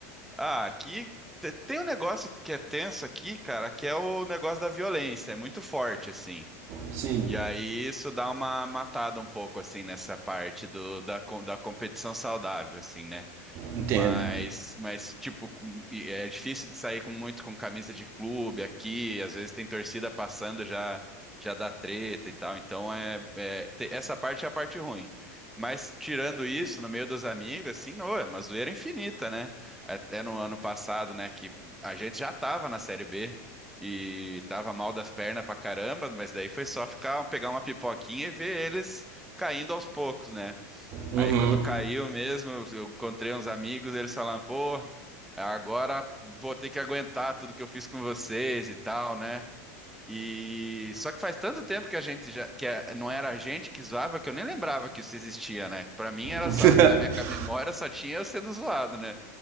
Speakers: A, in the centre; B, on the right.
A: Ah, aqui te- tem um negócio que é tenso aqui, cara, que é o negócio da violência, é muito forte, assim.
B: Sim,
A: E aí isso dá uma matada um pouco, assim, nessa parte do, da, co- da competição saudável, assim, né?
B: entendo.
A: Mas, mas tipo, com- e é difícil de sair com muito com camisa de clube aqui. Às vezes tem torcida passando, já já dá treta e tal. Então é, é- te- essa parte é a parte ruim. Mas tirando isso, no meio dos amigos, assim, não, é uma zoeira infinita, né? Até no ano passado, né, que a gente já tava na Série B e tava mal das pernas pra caramba, mas daí foi só ficar, pegar uma pipoquinha e ver eles caindo aos poucos, né?
B: Uhum.
A: Aí quando caiu mesmo, eu encontrei uns amigos, eles falaram, pô, agora vou ter que aguentar tudo que eu fiz com vocês e tal, né? E só que faz tanto tempo que a gente já que a- não era a gente que zoava que eu nem lembrava que isso existia, né? Pra mim era
B: <laughs>
A: só na minha memória só tinha eu sendo zoado, né?